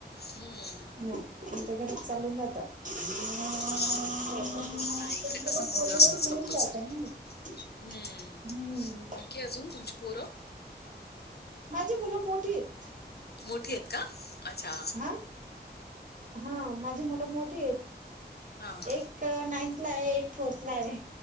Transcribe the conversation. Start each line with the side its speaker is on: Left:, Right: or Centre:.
Left: हम्म
Right: नाही आमच्या घरात चालून जातं. <unintelligible>
Left: हा नाही इकडे कसं मग असतच
Right: होऊन
Left: कंपल्सरी
Right: जात ना मग,
Left: हम्म..
Right: हम्म
Left: बाकी अजून तुमची पोरं,
Right: माझी मुलं मोठी येत.
Left: मोठी आहेत का, अच्छा
Right: हा हा माझी मुलं मोठी आहेत.
Left: हा हा
Right: एक काय नाईंथला आहे एक फोर्थला ये.